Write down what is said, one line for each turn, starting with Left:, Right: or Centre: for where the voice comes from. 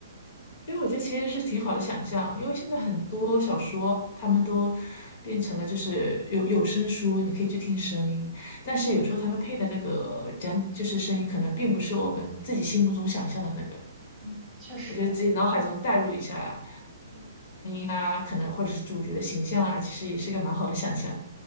Left: 因为我觉得其实是挺好的想象，因为现在很多小说他们都
Right: 嗯嗯
Left: 变成了就是有有声书，你可以去听声音，但是有时候他们配的那个讲就是声音，
Right: 嗯
Left: 可能并不是我们自己心目中想象的那个。
Right: 嗯，确实，
Left: 我觉得自己脑海中代入一下。
Right: 嗯
Left: 啊，可能或者是主角的形象啊，其实也是个蛮好的想象。